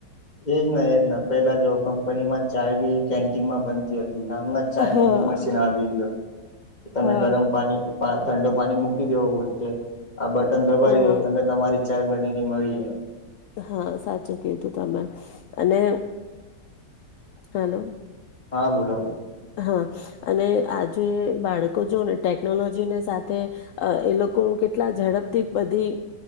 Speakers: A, on the left (about 25°); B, on the left (about 75°).
A: એજ ને એજ ને, પેલા જેવુ કંપની માં ચાય બી કેન્ટીન માં બનતી હ તી આમ ચાય નું
B: હા
A: બી મશીન આવી ગ્યો, તમે
B: હા
A: ગરમ પાણી પા ઠંડો પાણી મૂકી દેવો વચ્ચે આ બટન દબાવી
B: હમ
A: દયો તમે તમારી ચાય બનીને મળી જાય.
B: હા સાચું કીધું તમે. અને, હેલો.
A: હા બોલો.
B: હા, અને આજે બાળકો જો ને ટેકનોલોજી ને સાથે અ એ લોકો કેટલા ઝડપથી બધી